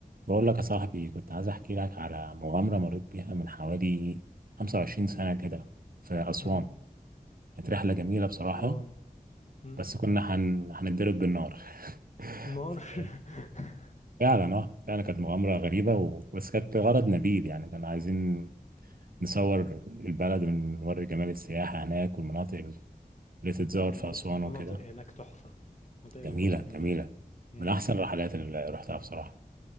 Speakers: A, on the right; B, on the left.
A: بقول لك يا صاحبي كنت عايز احكي لك على مغامرة مريت بيها من حوالي 25 سنة كده في أسوان
B: مم.
A: كانت رحلة جميلة بصراحة
B: وان مم.
A: بس كنا هن... هنتضرب بالنار <laughs>
B: نار
A: ف-
B: <laughs>
A: فعلا اه فعلا كانت مغامرة غريبة و... بس كانت غرض نبيل يعني كنا عايزين نصور البلد ونوري جمال السياحة هناك والمناطق اللي تتزار
B: مو-
A: في أسوان
B: مناطق
A: وكده
B: هناك تحفة مناطق هناك
A: جميلة
B: كلها جميلة
A: جميلة
B: مم.
A: من أحسن الرحلات اللي رحتها بصراحة